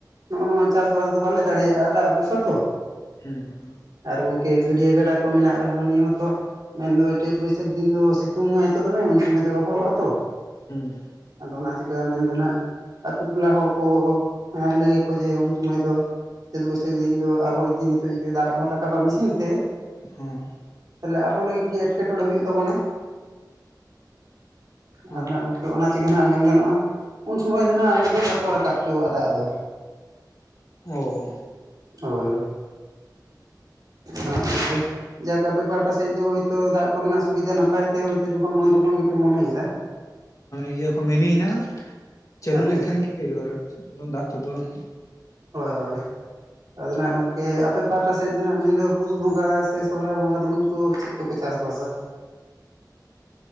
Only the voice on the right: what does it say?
ᱱᱚᱜᱼ ᱱᱚᱣᱟ ᱪᱟᱥ ᱵᱟᱥ ᱫᱚ ᱵᱟᱞᱮ ᱫᱟᱲᱮ ᱭᱟᱜᱼᱟ ᱟ ᱫᱟᱜ ᱵᱷᱚᱨᱥᱟ ᱛᱚ᱾
ᱟᱨ ᱜᱚᱝᱠᱮ ᱜᱟᱹᱰᱭᱟᱹ ᱜᱟᱰᱟ ᱠᱚ ᱢᱮᱱᱟᱜ ᱨᱮᱦᱚᱸ ᱱᱤᱭᱟᱹ ᱦᱚᱸᱛᱚ ᱢᱮᱱ ᱫᱚ ᱪᱟᱹᱛ ᱵᱟᱹᱭᱥᱟᱹᱠᱷ ᱫᱤᱱ ᱫᱚ ᱥᱤᱛᱩᱝ ᱟᱭ ᱛᱚ ᱫᱚᱢᱮ ᱩᱱ ᱥᱚᱢᱚᱭ ᱫᱚ ᱨᱚᱦᱚᱲᱚᱜᱼᱟ ᱛᱚ
ᱟᱫᱚ ᱚᱱᱟ ᱪᱤᱠᱟᱹ ᱢᱮᱱ ᱫᱚ ᱦᱟᱜ ᱟᱛᱳ ᱴᱚᱞᱟ ᱦᱚᱲ ᱠᱚ ᱞᱟᱹᱭ ᱟᱠᱚ ᱡᱮ ᱩᱱ ᱥᱚᱢᱚᱭ ᱫᱚ ᱪᱟᱹᱛ ᱵᱟᱹᱭᱥᱟᱹᱠᱷ ᱫᱤᱱ ᱫᱚ ᱟᱵᱚ ᱡᱩᱫᱤ ᱱᱤᱛᱚᱜ ᱡᱫᱤ ᱫᱟᱜ ᱵᱚᱱ ᱨᱟᱠᱟᱵᱟ ᱢᱮᱥᱤᱱ ᱛᱮ
ᱛᱟᱦᱞᱮ ᱟᱵᱚ ᱞᱟᱹᱜᱤᱫ ᱜᱮ ᱮᱴᱠᱮᱴᱚᱬᱮ ᱦᱩᱭᱩᱜ ᱛᱟᱵᱚᱱᱟ᱾
ᱟᱫᱚ ᱜᱚᱝᱠᱮ ᱚᱱᱟ ᱪᱤᱠᱟᱹ ᱦᱟᱸᱱᱟᱜ ᱢᱮᱱ ᱜᱟᱱᱚᱜᱼᱟ᱾ ᱩᱱ ᱥᱚᱢᱚᱭ ᱫᱚ ᱱᱟᱜ ᱟᱰᱮ ᱫᱚ ᱵᱟᱠᱚ ᱨᱟᱠᱟᱵ ᱦᱚᱪᱚ ᱣᱟᱜ ᱫᱟᱜ ᱫᱚ᱾
ᱦᱳᱭ ᱦᱳᱭ ᱮᱱᱟᱜ ᱜᱮ ᱡᱟᱠ ᱟᱯᱮ ᱯᱟᱦᱟᱴᱟ ᱥᱮᱫ ᱫᱚ ᱦᱚᱭᱛᱳ ᱫᱟᱜ ᱠᱚ ᱨᱮᱱᱟᱜ ᱥᱩᱵᱤᱫᱷᱟ ᱱᱟᱯᱟᱭ ᱛᱮᱭ ᱡᱚᱠᱷᱚᱱ ᱛᱚᱠᱷᱚᱱ ᱜᱮ ᱯᱮ ᱢᱚᱱᱮᱭ ᱮᱫᱟ
ᱟᱪᱪᱷᱟ
ᱟᱪᱪᱷᱟ
ᱦᱳᱭ ᱦᱳᱭ ᱟᱫᱚ ᱱᱟᱜ ᱜᱚᱝᱠᱮ ᱟᱯᱮ ᱯᱟᱦᱟᱴᱟ ᱥᱮᱫ ᱫᱚ ᱱᱟᱜ ᱢᱮᱱ ᱫᱚ ᱯᱩᱥ ᱵᱚᱸᱜᱟ ᱥᱮ ᱥᱚᱦᱚᱨᱟᱭ ᱵᱚᱸᱜᱟ ᱫᱚ ᱩᱱ ᱫᱚ ᱪᱮᱫ ᱠᱚ ᱯᱮ ᱪᱟᱥ ᱵᱟᱥᱟ